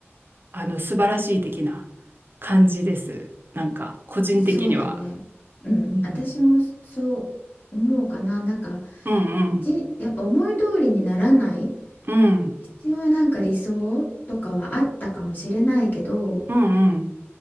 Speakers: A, on the right; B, on the left.
A: あの素晴らしい的な感じです。なんか個人的には。
B: そうだね。うん、
A: うん
B: 私もそそう思うかな。なんか、
A: うんうん
B: じ、やっぱ思い通りにならない、
A: うん
B: 必要なんか理想とかはあったかもしれないけど、
A: うん